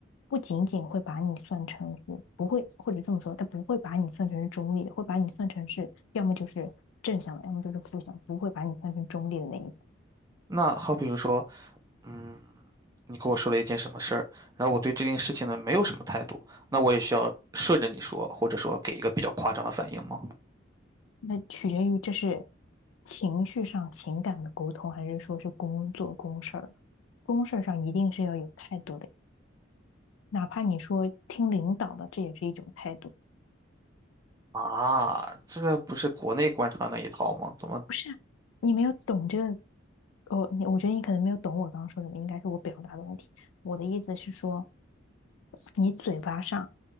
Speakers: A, on the left (about 90°); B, on the right (about 20°).
A: 不仅仅会把你算成是不会，或者这么说，他不会把你算成是中立的，会把你算成是要么就是正向的，要么就是负向，不会把你算成中立的那一方。
B: 那好比如说，嗯，你跟我说了一件什么事儿，然后我对这件事情呢没有什么态度，那我也需要顺着你说，或者说给一个比较夸张的反应吗？
A: 那取决于这是情绪上情感的沟通，还是说是工作公事儿？公事儿上一定是要有态度的，哪怕你说听领导的，这也是一种态度。
B: 啊，这个不是国内官场那一套吗？怎么？
A: 不是啊你没有懂这个，我你我觉得你可能没有懂我刚刚说什么，应该是我表达的问题。我的意思是说，你嘴巴上